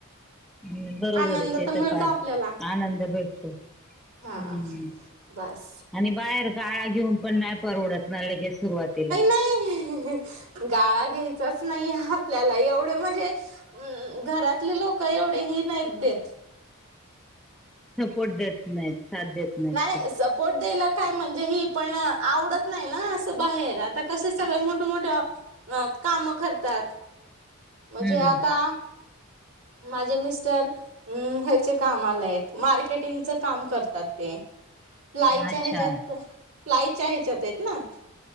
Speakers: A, in the centre; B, on the right.
A: हम, बरोबर
B: आनंद
A: आहे ते
B: तर मिळतो
A: त पाय,
B: आपल्याला
A: आनंद भेटतो. हम्म,
B: हा बस
A: आणि बाहेर गाळा घेऊन पण नाही परवडत. मा लगेस सुरवातीला
B: <unintelligible> गाळा घ्यायचाच नाही आपल्याला एवढं म्हणजे हम, घरातले लोक एवढे ही नाही देत.
A: सपोर्ट देत नाहीत. साथ देत नाहीत
B: नाही
A: ते
B: सप पोर्ट द्यायला काय म्हणजे ही पण आवडत नाही ना, असं बाहेर. आता कसे सगळे मोठं मोठं अ, काम करतात. म्हणजे
A: हम्म
B: आता माझे मिस्टर हम्म, ह्याचे कामाला आहेत. मार्केटिंगच काम करतात ते. प्लाईच्या
A: अच्छा
B: ह्याच्यात, प्लाईच्या ह्याच्यात आहेत ना,